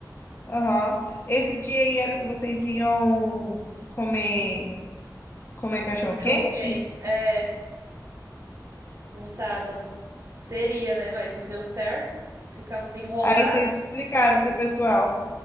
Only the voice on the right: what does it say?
As
duas.
O cachorro
quente. É, no sábado. Seria, né? Mas não deu certo. Ficamos enrolados
fazendo
outras coisas.